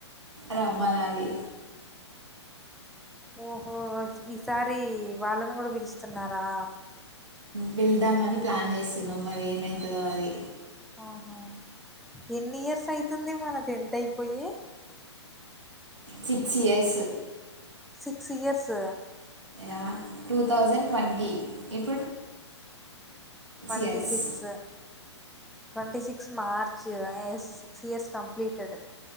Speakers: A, on the right; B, in the centre.
A: రమ్మనాలి
B: ఓహో ఈసారి వాళ్ళను కూడా పిలుస్తున్నారా
A: పిళ్దామని ప్లాన్ చేస్తున్నాం మరి ఏమైతాదో అది
B: ఓహో ఎన్ని ఇయర్స్ అయితుంది మన టేంత్ అయిపోయి
A: సిక్స్ ఇయర్స
B: సిక్స్ ఇయర్స్
A: అ టూ తౌసండ్ ట్వంటీ ఇప్
B: twenty
A: years
B: six twenty six March yes six years completed